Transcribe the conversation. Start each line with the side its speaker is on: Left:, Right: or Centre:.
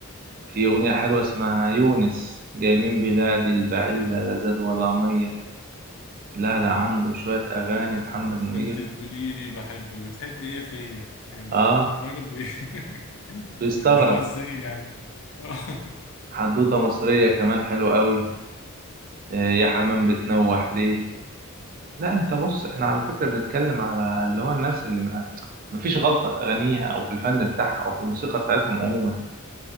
Right: في اغنيه حلوه اسمها يونس جاي من بلادي البعيده لا زاد ولا ميه لا
Left: اه
Right: لا عنده شويه اغاني محمد منير
Left: وانت تقولي لي بحبك بتحب ايه فيا يعني
Right: اه
Left: الراجل بي... <laughs>
Right: بيستغرب
Left: اللي هو ازاي يعني <laughs>
Right: حدوته مصريه كمان حلوه قوي آه يا حمام
Left: مم.
Right: بتنوح ليه لا انت بص احنا على فكرة بنتكلم على اللي هو الناس اللي ما مفيش غلطة في اغانيها او في الفن بتاعها او في الموسيقى بتاعتهم عموما